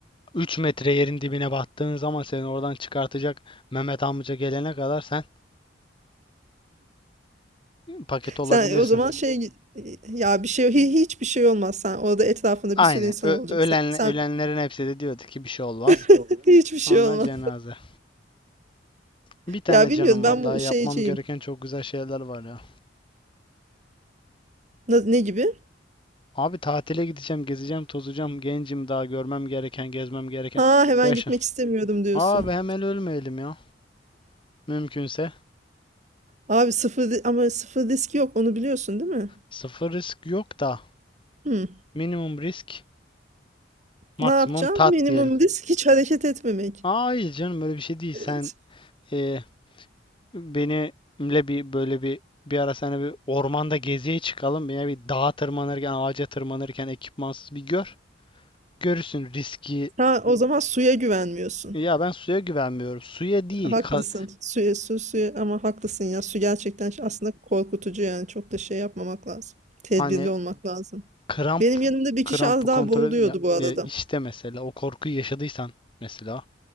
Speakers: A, on the left; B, on the right.
A: 3 metre yerin dibine battığın zaman seni oradan çıkartacak Mehmet amca gelene kadar sen paket olabilirsin.
B: Sen o zaman şey ya bir şey hi- hiçbir şey olmaz. Sen orada etrafında
A: Aynen.
B: bir sürü insan
A: Ö-
B: olacak.
A: ölen,
B: Sen, sen
A: ölenlerin hepsi de diyordu ki bir şey olmaz.
B: <laughs> hiçbir
A: Sonra
B: şey olmaz.
A: cenaze. Bir tane
B: Ya bilmiyorum
A: canım
B: ben
A: var. Daha
B: bu
A: yapmam
B: şeyciyim.
A: gereken çok güzel şeyler var ya.
B: Na- Ne, gibi?
A: Abi tatile gideceğim, gezeceğim, tozacağım. Gencim daha görmem gereken, gezmem gereken.
B: Ha hemen
A: Yaşa.
B: gitmek istemiyorum diyorsun.
A: Abi hemen ölmeyelim ya. Mümkünse.
B: Abi sıfır ri- ama sıfır risk yok onu biliyorsun değil mi?
A: Sıfır risk yok da
B: Hmm.
A: minimum risk maksimum
B: Ne yapacağım?
A: tat
B: Minimum
A: diyelim.
B: risk hiç hareket etmemek.
A: Aa, Hayır canım böyle bir şey değil. Sen
B: Evet.
A: e, benimle bir böyle bir bir ara sana bir ormanda geziye çıkalım. Ya bir dağa tırmanırken ağaca tırmanırken ekipmansız bir gör. Görürsün riski.
B: Ha, o zaman suya güvenmiyorsun.
A: Ya ben suya güvenmiyorum. Suya değil.
B: Haklısın.
A: ka-
B: Suya su suya ama haklısın ya. Su gerçekten ş- aslında korkutucu yani. Çok da şey yapmamak lazım. Tedbirli
A: hani
B: olmak lazım.
A: kramp
B: Benim yanımda bir
A: krampı
B: kişi az daha
A: kontrol
B: boğuluyordu
A: ya,
B: bu arada.
A: ya işte mesela o korkuyu yaşadıysan mesela